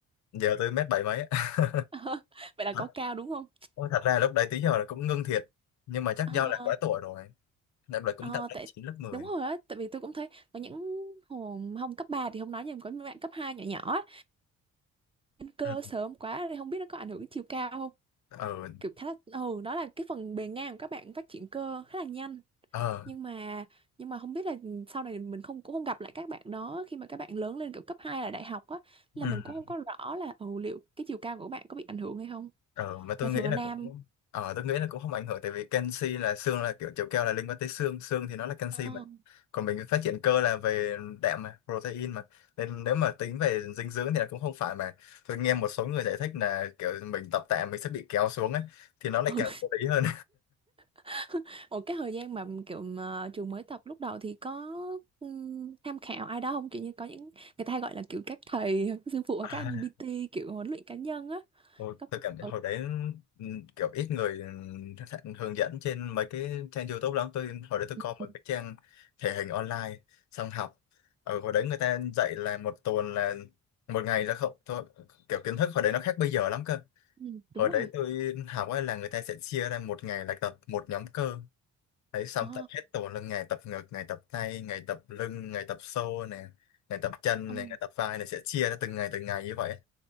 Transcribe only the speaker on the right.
<laughs>
vậy là
có cao đúng không
Ờ,
ờ,
tại
đúng rồi á tại vì tôi cũng thấy có những hồi không cấp 3 thì không nói nhưng mà có những bạn cấp 2 nhỏ nhỏ á, lên cơ
sớm quá thì không biết nó có ảnh hưởng đến chiều cao không
kiểu khá là ừ đó là cái phần bề ngang của các bạn phát triển cơ khá là nhanh
nhưng mà nhưng mà không biết là ừ, sau này mình không cũng không gặp lại các bạn đó khi mà các bạn lớn lên kiểu cấp 2 là đại học á là
mình cũng không có rõ là ừ, liệu cái chiều cao của các bạn có bị ảnh hưởng hay không
mà thường
là
nam
Ờ.
ừ.
<laughs> Ủa cái thời gian mà kiểu mà trường mới tập lúc đầu thì có ừm, tham khảo ai đó không kiểu như có những người ta hay gọi là kiểu các thầy <laughs> các sư phụ hoặc
các anh PT kiểu huấn luyện cá nhân á
có
ừ.
Ừ.
ừ,
ừ, đúng
rồi
ờ
ừ.